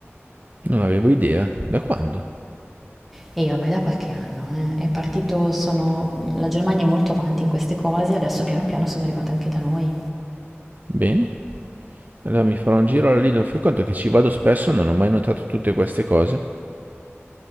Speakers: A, on the right; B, in the centre.
A: non avevo idea. Da quando?
B: E ormai da qualche anno eh, è partito, sono, la Germania è molto avanti in queste cose, adesso piano piano sono arrivate anche da noi.
A: Bene. Allora mi farò un giro alla Lidl, fai conto che ci vado spesso, non ho mai notato tutte queste cose.